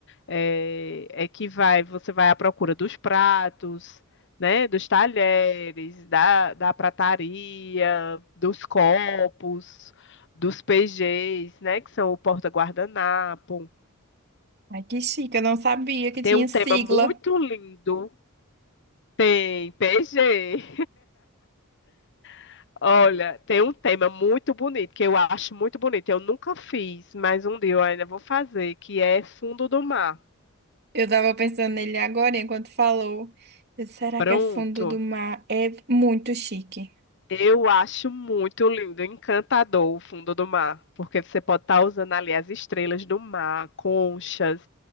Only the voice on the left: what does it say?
É, é que vai, você vai à procura dos pratos, né, dos talheres, da, da prataria, dos copos, dos PGs, né, que são o porta-guardanapo.
Tem um tema
muito lindo. Tem PG. <laughs> Olha, tem um tema muito bonito, que eu acho muito bonito. Eu nunca fiz, mas um dia eu ainda vou fazer, que é fundo do mar.
Pronto.
Eu acho muito lindo, encantador o fundo do mar, porque você pode estar usando ali as estrelas do mar, conchas,